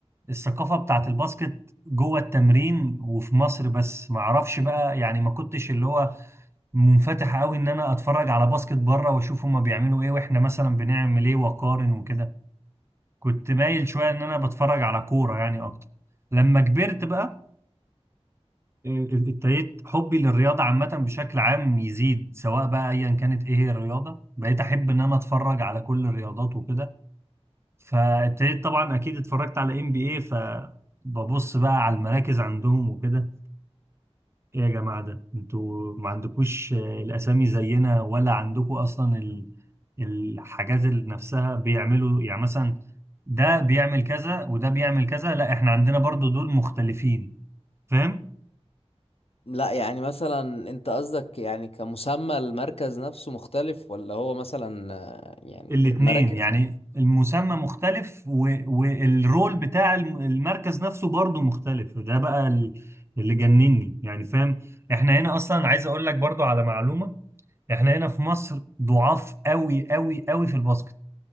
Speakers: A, on the right (about 25°); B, on the left (about 60°).
A: الثقافة بتاعت الباسكت جوه التمرين وفي مصر بس ما اعرفش بقى يعني ما كنتش اللي هو منفتح قوي ان انا اتفرج على باسكت بره واشوف هما بيعملوا ايه واحنا مثلا بنعمل ايه واقارن وكده كنت مايل شويه ان انا بتفرج على كوره يعني اكتر لما كبرت بقى إيه، ابتديت حبي للرياضه عامه بشكل عام يزيد سواء بقى ايا كانت ايه هي الرياضه بقيت احب ان انا اتفرج على كل الرياضات وكده فابتديت طبعا اكيد اتفرجت على ام بي اي فببص بقى على المراكز عندهم وكده ايه يا جماعة ده انتوا ما عندكوش آه، الاسامي زينا ولا عندكوا اصلا ال... الحاجات اللي نفسها بيعملوا يعني مثلا ده بيعمل كذا وده بيعمل كذا لا احنا عندنا برضو دول مختلفين فاهم
B: لا يعني مثلا انت قصدك يعني كمسمى المركز نفسه مختلف ولا هو مثلا آه، يعني
A: الاتنين
B: المراكز
A: يعني المسمى مختلف و... والرول بتاع الم- المركز نفسه برضو مختلف وده بقى ال- اللي جنني يعني فاهم احنا هنا اصلا عايز اقول لك برضو على معلومة احنا هنا في مصر ضعاف قوي قوي قوي في الباسكت